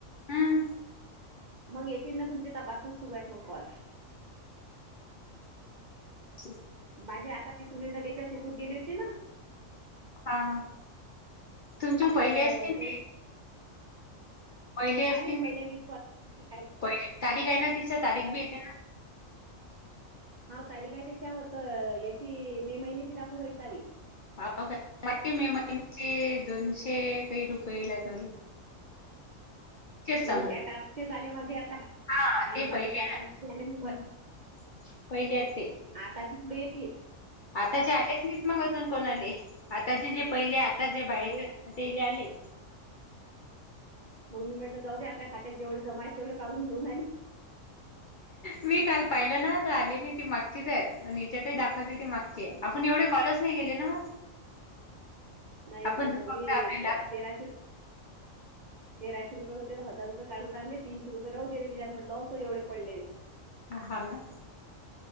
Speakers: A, on the left (about 50°); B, on the right (about 50°).
A: हं.
B: मग येतील ना तुमचे तपासण सुरू आहेत मग कॉल.
A: अच्छ.
B: माझे आता मी सुनील ढगेच्या शेतत गेले होती ना.
A: हा हा तुमच्या पहिले
B: तर
A: असतील
B: ते
A: ना. पहिले
B: काय
A: असतील
B: मी पहिल्या वीस कॉल काय
A: पहिले तारीख आहे ना ति तारीख
B: बरं
A: बी येते ना.
B: हा तारीख आहे त्याच्यावर तर याची मे महिन्याची दाखवून राहील तारीख.
A: काे मे महिन्याचे दोनशे काही रुपये लात मले. समजा.
B: मग त्या टास्कचे झा आले माझे आता.
A: हां,
B: हा ना
A: ते
B: माझे
A: पहिले
B: त्या टा मी प.
A: हं, पहिले आहेत ते.
B: आताची पुढे येेत.
A: आताचे आलेच नाहीच मग अजून कोणा आले आताचे जे पहिले आता जे बायचे
B: नाही
A: ते आले.
B: मग मी म्हटलं जाऊ देे आपल्या खात्यात जेवढे जमा आहेत तेवढे काढून घेऊन आले.
A: मी काल पाहिलं ना तर आली ना ती मागचीच आहेत याच्यातही दाखवायची ती माग. ते
B: अं,
A: आपण एवढे कॉलज नाही गेले ना.
B: नाही
A: आपण
B: मग
A: तर फक्त
B: मी
A: आपेला.
B: ते- तेराशे तेराशे रुपये होते तर हजार रुपये काढून आणले तीनशे रुपये राह दिले तिच्यात म्हटलं असो एवे पडलेले.
A: ह हा ना.